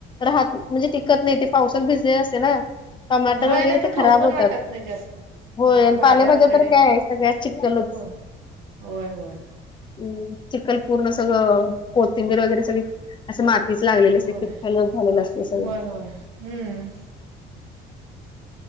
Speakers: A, on the left; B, on the right.
A: राहत म्हणजे टिकत नाही ते पावसात भिजले असे ना टमाटर
B: होय
A: वगैरे
B: आणि आता
A: ते
B: खाऊ
A: खराब
B: पण
A: होतात.
B: वाटत नाही जास्त
A: होय
B: हा भाज्या
A: पालेभाज्या
B: वगैरे
A: तर काय आहे सगळ्या चिखलच
B: होय होय होय
A: ह चिखलपूर्ण सगळं कोथिंबीर वगैरे सगळे असं म हीच लागलेली अस
B: होय
A: कितक नच झालेलं असलं सगळ
B: होय होय हम्म